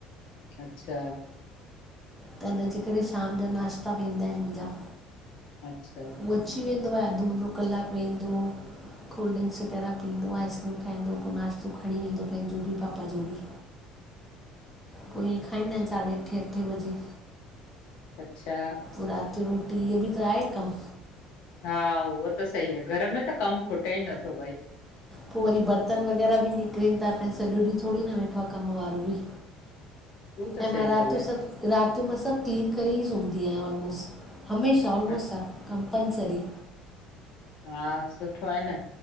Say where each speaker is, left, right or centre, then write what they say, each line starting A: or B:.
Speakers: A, on the left (about 70°); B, in the centre.
A: अच्छा।
B: त हिनजे करे शाम जा नाश्ता बि ईंदा आहिन मुहंजा।
A: अच्छा।
B: हु अची वेंदो आहे अधु मुनो कलाकु वेंदो कोल्ड ड्रिंक्स वग़ैरह पीअंदो आइस्क्रीम खाईंदो पोइ नाश्तो खणी वेंदो पंहिंजो बि पापा जो बि
A: <inaudible>
B: पोइ इअं खाईंदा
A: अच्छा
B: आहिनि साढे अठे, अठे बजे।
A: अच्छा
B: पोइ राति जो रोटी इह बि त आहे कमु
A: हा उहो त सही आहे घर में त कम खुटे ई नथो भई
B: पोइ वरी बर्तन वग़ैरह बि निकिरनि था पिया सॼो ॾींहुं थोरी न वेठो आहे कमु वारो बि
A: <inaudible> हू त
B: ऐं
A: सही
B: मां रात
A: ॻाल्हि
B: जो सभु राति जो मां सभु क्लीन करे ई सुमंदी आहियां ऑलमोस्ट हमेशाह
A: आहे।
B: हमेशाह कंपलसरी
A: हा सुठो आहे न